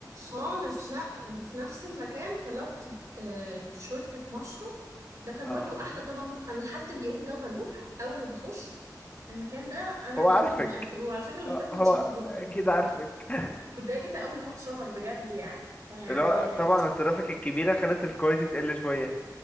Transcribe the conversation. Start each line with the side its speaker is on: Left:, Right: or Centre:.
Right: خالص لا وفي نفس المكان طلبت آه، شوربة مشروم ده كان
Left: اه
Right: برضو احلى طبق مش... انا لحد اليوم ده بروح اول ما بخش المكان ده انا
Left: هو
Right: بطلب
Left: عارفك
Right: الحاجتين وعلى فكرة المكان
Left: آه،
Right: ده
Left: هو
Right: اتشهر جدا
Left: اكيد
Right: دلوقتي
Left: عارفك <laughs>
Right: واتضايقت قوي ان هو اتشهر بجد يعني فيعني
Left: اللي هو طبعا الترافيك الكبيرة خلت الكواليتي تقل شوية